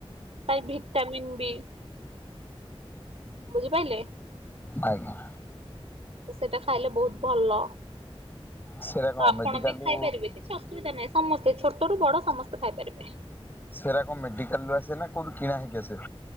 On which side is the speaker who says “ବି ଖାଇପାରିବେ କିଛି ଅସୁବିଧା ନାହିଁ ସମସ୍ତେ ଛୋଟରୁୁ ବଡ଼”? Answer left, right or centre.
Right